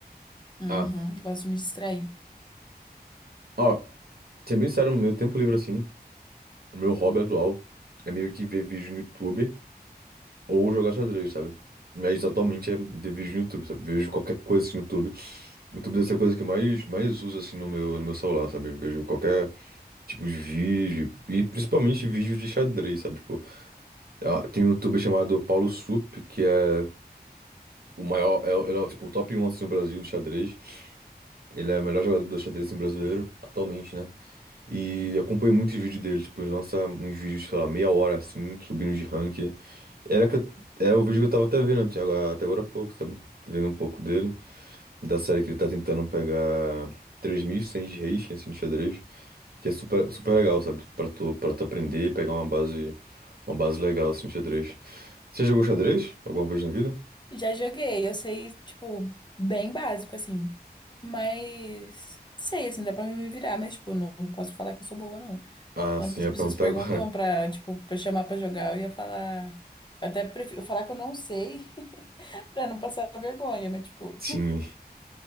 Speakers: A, on the left; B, on the right.
A: Uhum,
B: Ah.
A: gosto de me distrair.
B: Ó, ser bem sério, no meu tempo livre, assim, o meu hobby atual é meio que ver vídeo no YouTube ou jogar xadrez, sabe? Mas atualmente é ver vídeo no YouTube, sabe? Vejo qualquer coisa assim, no YouTube. O YouTube deve ser a coisa que eu mais, mais uso assim no meu, no meu celular, sabe? Eu vejo qualquer tipo de vídeo, e principalmente vídeos de xadrez, sabe? Tipo, ah, tem um youtuber chamado Paulo Sup, que é o maior, é, o- ele é o, tipo, o top um assim, no Brasil de xadrez. Ele é o melhor jogador do xadrez assim, brasileiro, atualmente, né? E eu acompanho muitos vídeos dele, tipo, ele lança uns vídeos, sei lá, meia hora assim, subindo de ranking. Era, que eu- era o vídeo que eu tava até vendo até agora, até agora há pouco, sabe? Vendo um pouco dele. da série que ele tá tentando pegar 3.100 de rating, assim, de xadrez, que é super, super legal, sabe? Pra tu, pra tu aprender e pegar uma base, uma base legal, assim, de xadrez. Você jogou xadrez alguma vez na vida?
A: Já joguei, eu sei, tipo, bem básico, assim. Mas sei, assim, dá pra me virar, mas, tipo, não posso falar que eu sou boa, não.
B: Ah,
A: Quando
B: sim,
A: as
B: eu ia
A: pessoas
B: perguntar
A: perguntam
B: agora. <laughs>
A: pra, tipo, pra chamar pra jogar, eu ia falar. Eu até prefiro falar que eu não sei, <laughs> pra não passar vergonha, mas, tipo,
B: Sim.